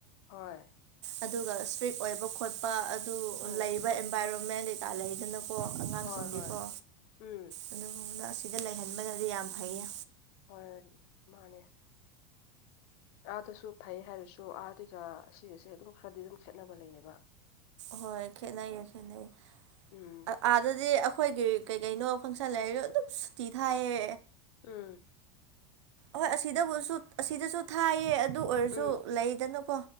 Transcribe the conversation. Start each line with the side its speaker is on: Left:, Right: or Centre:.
Left: ꯍꯣꯏ
Right: ꯑꯗꯨꯒ ꯏꯁꯇ꯭ꯔꯤꯛ ꯑꯣꯏꯕ ꯈꯣꯠꯄ ꯑꯗꯨ
Left: ꯎꯝ
Right: ꯂꯩꯕ ꯏꯟꯚꯥꯏꯔꯣꯟꯃꯦꯟ ꯀꯩꯀꯥ ꯂꯩꯗꯅ ꯀꯣ ꯑꯉꯥꯡꯁꯤꯡꯗꯤꯀꯣ
Left: ꯍꯣꯏ ꯍꯣꯏ ꯎꯝ
Right: ꯑꯗꯨꯒꯨꯝꯕꯗ ꯑꯁꯤꯗ ꯂꯩꯍꯟꯕꯅꯗꯤ ꯌꯥꯝ ꯐꯩꯌꯦ
Left: ꯍꯣꯏ ꯃꯥꯟꯅꯦ ꯑꯥꯗꯁꯨ ꯐꯩꯌꯦ ꯍꯥꯏꯔꯁꯨ ꯑꯥꯗꯤꯒ ꯑꯁꯤꯒꯁꯦ ꯑꯗꯨꯝ ꯈꯔꯗꯤ ꯗꯨꯝ ꯈꯦꯠꯅꯕ ꯂꯩꯌꯦꯕ
Right: ꯍꯣꯏ ꯈꯦꯠꯅꯩꯌꯦ ꯈꯦꯠꯅꯩꯌ‌ꯦ
Left: ꯎꯝ
Right: ꯑ ꯑꯥ ꯗꯗꯤ ꯑꯈꯣꯏꯒꯤ ꯀꯩ ꯀꯩꯅꯣ ꯐꯪꯁꯟ ꯂꯩꯔꯁꯨ ꯑꯗꯨꯝ ꯁꯨꯇꯤ ꯊꯥꯏꯌꯦ
Left: ꯑꯝ
Right: ꯍꯣꯏ ꯑꯁꯤꯗꯕꯨꯁꯨ ꯑꯁꯤꯗꯁꯨ ꯊꯥꯏꯌꯦ ꯑꯗꯨ ꯑꯣꯏꯔꯁꯨ
Left: ꯎꯝ
Right: ꯂꯩꯗꯅꯀꯣ